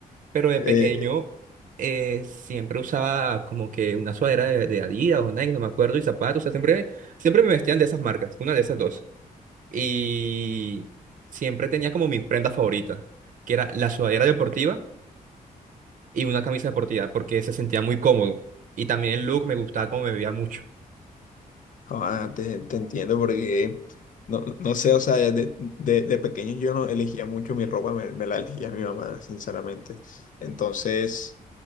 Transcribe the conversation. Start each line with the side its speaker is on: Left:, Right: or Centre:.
Right: Pero de
Left: Eh,
Right: pequeño eh, siempre usaba como que una sudadera de, de Adidas o Nike, no me acuerdo, y zapatos, o sea, siempre, siempre me vestían de esas marcas, una de esas dos. Y siempre tenía como mi prenda favorita, que era la sudadera deportiva y una camisa deportiva porque se sentía muy cómodo. Y también el look me gustaba como me veía mucho.
Left: No, Ah, te, te entiendo porque no, no sé, o sea, de, de, de pequeño yo no elegía mucho mi ropa, me, me la elegía mi mamá, sinceramente. Entonces,